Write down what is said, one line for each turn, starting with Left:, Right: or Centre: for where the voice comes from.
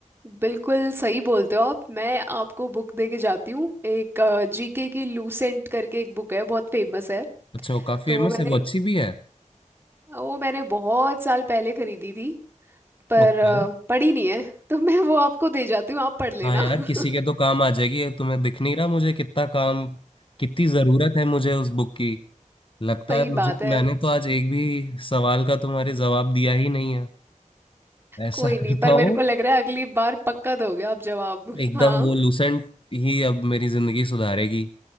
Right: बिल्कुल सही बोलते हो आप मैं आपको बुक दे के जाती हूँ एक जीके की लूसेंट करके एक बुक है बहुत फेमस है
Left: अच्छा वो काफी
Right: तो
Left: फेमस
Right: वो मैंने
Left: है वो अच्छी भी है
Right: वो मैंने बहुत साल पहले खरीदी थी पर
Left: ओके
Right: अ, पढ़ी नहीं है तो <laughs> मैं वो आपको दे जाती हूँ आप पढ़ लेना
Left: हाँ यार किसी
Right: <laughs>
Left: के तो काम आ जाएगी ये तुम्हें दिख नहीं रहा मुझे कितना काम कितनी जरूरत है मुझे उस बुक की लगता
Right: सही
Left: है मुझे
Right: बात है
Left: मैंने तो आज एक भी सवाल का तुम्हारे जवाब दिया ही नहीं है ऐसा
Right: कोई
Left: <laughs>
Right: नहीं
Left: करता
Right: पर
Left: हूँ
Right: मेरे को लग रहा है अगली बार पक्का दोगे आप जवाब
Left: एकदम
Right: हाँ
Left: वो लूसेंट ही अब मेरी जिंदगी सुधारेगी